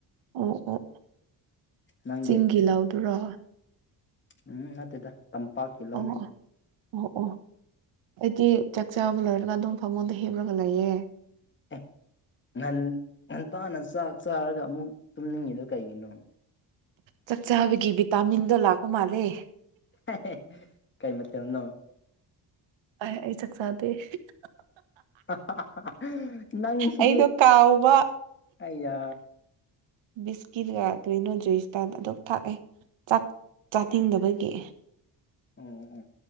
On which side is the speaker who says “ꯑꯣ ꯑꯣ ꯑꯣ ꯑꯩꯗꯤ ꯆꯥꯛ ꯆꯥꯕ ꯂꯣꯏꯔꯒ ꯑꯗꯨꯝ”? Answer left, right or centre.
Right